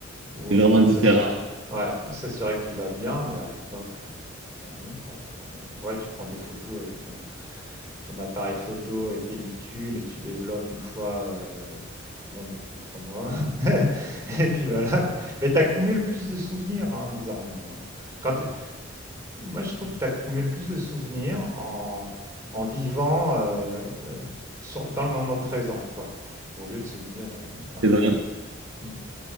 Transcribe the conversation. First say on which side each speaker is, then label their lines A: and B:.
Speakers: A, on the right (about 15°); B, on the right (about 75°).
A: ou
B: C'est
A: euh,
B: vraiment différent.
A: s'assu- ouais, ou s'assurer que tu vas bien, mais à l'époque euh, bah non quoi. C'est-à-dire, euh, ouais, tu prends des photos avec ton ton appareil photo et pellicule et tu développes une fois euh, bon, bah, tous les trois mois. <laughs> Et puis voilà. quoi. Mais tu accumules plus de souvenirs, hein, bizarrement. hein. Quand t'es- Moi, je trouve que tu accumules plus de souvenirs en, en vivant euh, euh, sur- dans le moment présent, quoi. Au lieu de se dire. euh, ouais.
B: C'est vrai.
A: Mm,